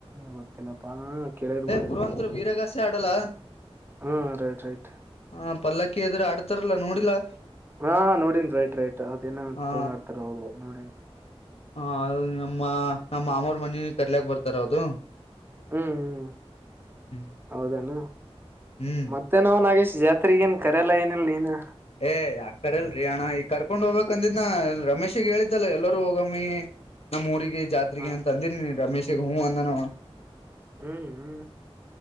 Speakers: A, on the right; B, on the left.
A: ಗೊತ್ತಿಲ್ಲಪ್ಪಾ ಕೇಳಿರ್ಬೋದೇನ್
B: ಪೂರ್ವಂತರ ವೀರಗಾಸೆ ಆಡಲ್ಲ <unintelligible>
A: ಹ್ಮ್ ರೈಟ್ ರೈಟ್
B: ಹ ಪಲ್ಲಕ್ಕಿ ಎದ್ರ ಆಡ್ತಾರಲ್ಲಾ ನೋಡಿಲ್ಲಾ
A: ಹಾ ನೋಡನ್ಿ ರೈಟ್ ರೈಟ್ ಅದೇಏನ
B: ಹ
A: ತೋೊಂಡಾಡ್ತಾರ ಹೌದು ನೋಡನ್
B: ಹಾ ನಮ್ಮ ನಮ್ಮ ಮಾಮವ್ರ ಮ ಕಟ್ಲೆಯಕ್ ಬರ್ತಾರ ಅದು
A: ಹ್ಮ್ ಹ್ಮ್
B: ಹ್ಮ್
A: ಹೌದಣ ಮತ್ತ
B: ಹ್ಮ್
A: ಮತ್ತೆ ನಾ್ ನಾಗೇಶ್ ಜಾತ್ರೆಗ ಏನ್ ಕರಲ್ಲ ಏನಿಲ್ಲ ನೀನು
B: ಏ ಯಾಕರಲ್ರಿ ಅಣ್ಣ ಈಗ್ ಕರ್ಕೊಂಡ್ ಹೋಗ್ಬೇಕಕ್ ಅಂದಿದ್ನ ರಮೇಶಿಗೆ ಹೇಳಿದ್ದಲ್ಲ ಎಲ್ಲರೂ ಹೋಗಮ್ಮಿ ನಮ್ಮ್ ಊರಿಗೆ ಜಾತ್ರೆಗೆ
A: ಹಾ
B: ಅಂತ ಅಂದಿರಿ ನೀ ರಮೇಶ್ಗ ಹೂ ಅಂದಾನ
A: ಹ್ಮ್ ಹ್ಮ್